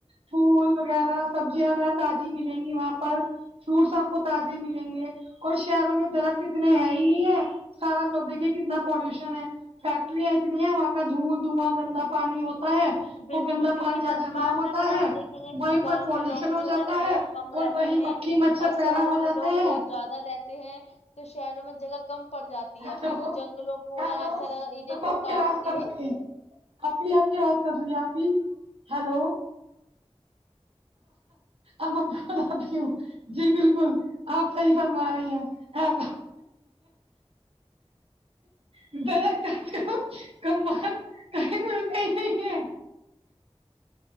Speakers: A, on the right; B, on the left.
A: پھول وغیرہ سبزیاں وہ تازی ملیں گی وہاں پر فروٹس آپ کو تازے ملیں گے اور شہروں میں درخت اتنے ہے ہی نہیں ہے سارا لوگ دیکھیے کتنا پالوشن ہے فیکٹریاں اتنی ہیں وہاں کا دھول دھواں گندا پانی ہوتا ہے
B: بالکل
A: وہ گندا
B: کیوکی
A: پانی جہاں
B: وہی
A: جمع
B: بات
A: ہوتا
B: ہے اگر آپ دیکھیں گے کہ
A: وہیں
B: گاؤں
A: پر پالوشن
B: مے لوگ
A: ہو
B: جو
A: جاتا
B: ہے وہ بہت کم
A: اور
B: رہتے
A: وہی
B: ہیں
A: مکھی مچھر
B: اور
A: پیدا
B: شہروں
A: ہو
B: میں
A: جاتے
B: لوگ
A: ہیں
B: بہت زیادہ رہتے ہیں تو شہروں میں جگہ کم پڑ جاتی
A: ہیلو
B: ہے پھر وہ جنگلوں کو
A: ہیلو
B: یا ایسا ایریا
A: میم
B: کو
A: آپ کی
B: کاٹ
A: آواز
B: کے
A: کٹ رہی ہے آپ ہی آپ کیا بات کر رہی ہیں آپ ہی ہیلو اب آتیوں جی بالکل آپ پہری بار م آ رہی ہیں ہاں بگتا کم بت کا م ا